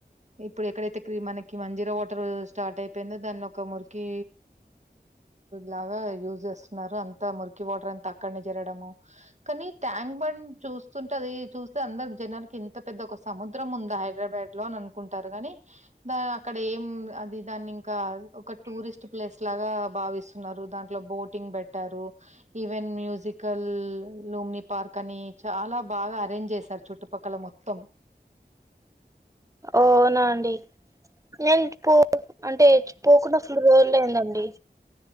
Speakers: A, on the right (about 40°); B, on the right (about 20°).
A: ఇప్పుడు ఎక్కడైతే క్రి మనకి మంజీరా వాటర్ స్టార్ట్ అయిపోయిందో దాన్ని ఒక మురికీ లాగా యూజ్ చేస్తున్నారు అంతా మురికి వాటర్ అంతా అక్కడనే జరడము కనీ ట్యాంగ్ బండ్ చూస్తుంటే అదీ చూస్తే అందరు జనాలకి ఇంత పెద్ద ఒక సముద్రం ఉందా హైదరాబాద్ లోనన్ కుంటారు గాని దా అక్కడ ఏం అది దాన్ని ఇంకా ఒక టూరిస్ట్ ప్లేస్ లాగా భావిస్ న్నరు దాంట్లో బోటింగ్ బెట్టారు ఈవెన్ మ్యూజికల్, లూమ్ని పార్క్ అని చాలా బాగా అరేంజ్ చేసారు చుట్టు పక్కల మొత్తం
B: ఓనా అండి నేను పో అంటే పోకుండా ఫుల్లు రోజులు అయిందండి